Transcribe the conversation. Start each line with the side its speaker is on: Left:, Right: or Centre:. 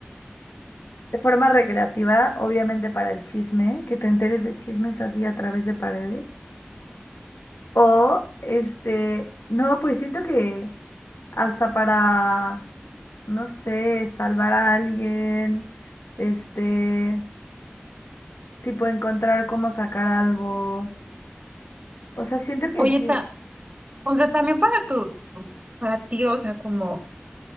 Left: De forma recreativa, obviamente para el chisme, que te enteres de chismes así a través de paredes. O, este, no, pues siento que hasta para, no sé, salvar a alguien, este, tipo encontrar cómo sacar algo. O sea, siento que
Right: Oye,
Left: sí,
Right: ta- o sea, también para tu, para ti, o sea, como